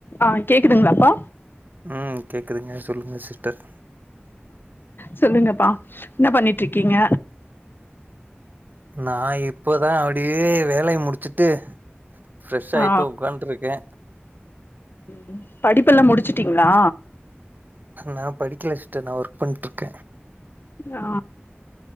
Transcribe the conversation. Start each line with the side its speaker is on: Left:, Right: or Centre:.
Left: ஆ கேக்குதுங்ளாப்பா
Right: ம் கேக்குதுங்க சொல்லுங்க சிஸ்டர்
Left: சொல்லுங்கப்பா என்ன பண்ணிட்ருக்கிங்க
Right: நா இப்பதா அப்டியே வேலய முடிச்சுட்டு ஃப்ரெஷ் ஆய்ட்டு
Left: ஆ
Right: ஒக்காண்ட்ருக்கே
Left: ம் படிப்பெல்லா முடிச்சுட்டீங்ளா?
Right: நா படிக்கல சிஸ்ட நா ஒர்க் பண்ட்ருக்கே
Left: ஆ